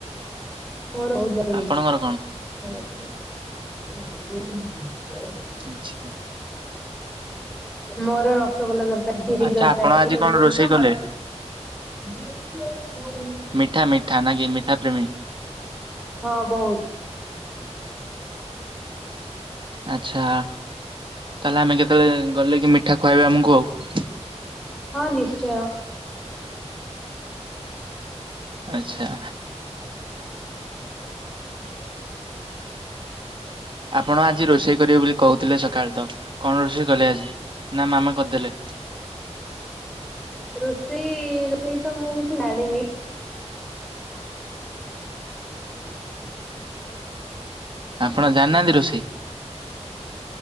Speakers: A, in the centre; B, on the right.
A: <unintelligible>
B: ଆପଣଙ୍କର ଆଚ୍ଛା।
A: ମୋର ରସଗୋଲା ଦରକାର। <unintelligible>
B: ଆଚ୍ଛା
A: ଦରକାର।
B: ଆପଣ ଆଜି
A: ଏଇସବୁ
B: କଣ
A: ଜିନିଷ
B: ରୋଷେଇ
A: ମତେ।
B: କଲେ?
A: <unintelligible>
B: ମିଠା -ମିଠା ନା କି ମିଠା ପ୍ରେମୀ।
A: ହଁ ବହୁତ।
B: ଆଚ୍ଛା ତାହେଲେ ଆମେ କେତେବେଳେ ଗଲେ କି ମିଠା ଖୁଆଇବେ ଆମକୁ ଆଉ।
A: ହଁ ନିଶ୍ଚୟ।
B: ଆଛା। ଆପଣ ଆଜି ରୋଷେଇ କରିବେ ବୋଲି କହୁଥିଲେ ସକାଳେ ତ କଣ ରୋଷେଇ କଲେ ଆଜି ନା ମାମା କରିଦେଲେ?
A: ରୋଷେଇ ରୋଷେଇ ତ ମୁଁ କିଛି ଜାଣିନି।
B: ଆପଣ ଜାନାହାନ୍ତି ରୋଷେଇ?